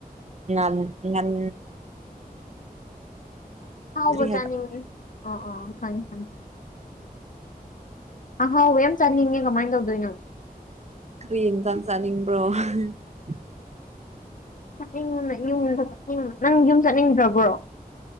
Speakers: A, on the right; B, on the left.
A: ꯉꯥꯟ ꯉꯝ
B: <inaudible> ꯑꯍꯥꯎꯕ
A: ꯍꯥꯏꯕ
B: ꯆꯥꯅꯤꯡꯉꯤ ꯑ ꯑ ꯈꯪꯉꯤ ꯈꯪꯉꯤ ꯑꯍꯥꯎꯕ ꯌꯥꯝ ꯆꯥꯅꯤꯡꯉꯦ ꯀꯃꯥꯏꯅ ꯇꯧꯗꯣꯏꯅꯣ
A: ꯀꯔꯤ ꯏꯟꯖꯥꯡ <unintelligible>
B: ꯍ ꯍ ꯌꯨꯝ ꯆꯠꯅꯤꯡ ꯅꯪ ꯌꯨꯝ ꯆꯠꯅꯤꯡꯗ꯭ꯔꯕ꯭ꯔꯣ